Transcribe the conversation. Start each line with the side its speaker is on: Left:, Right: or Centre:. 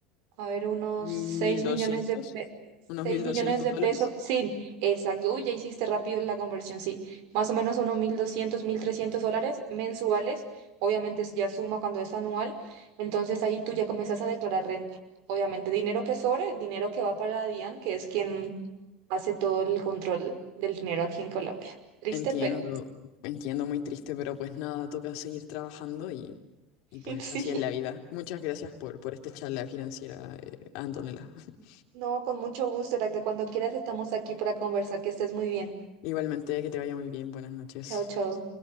Right: A ver, unos
Left: Mil
Right: 6
Left: doscientos,
Right: millones de pe- seis
Left: unos mil
Right: millones
Left: doscientos
Right: de
Left: dólares.
Right: pesos. Sí, exacto. Uy, ya hiciste rápido la conversión, sí. Más o menos unos 1.200, 1.300 dólares mensuales. Obviamente ya suma cuando es anual. Entonces ahí tú ya comienzas a declarar renta. Obviamente, dinero que sobre, dinero que va para DIAN, que es quien hace todo el control del dinero aquí en Colombia. Triste,
Left: Entiendo,
Right: pero
Left: entiendo, muy triste, pero pues nada, toca seguir trabajando y, y pues
Right: <laughs> sí.
Left: así es la vida. Muchas gracias por, por esta charla financiera, eh, Antonella. <laughs>
Right: No, con mucho gusto, Heracles. Cuando quieras estamos aquí para conversar. Que estés muy bien.
Left: Igualmente, que te vaya muy bien, buenas noches.
Right: Chao, chao.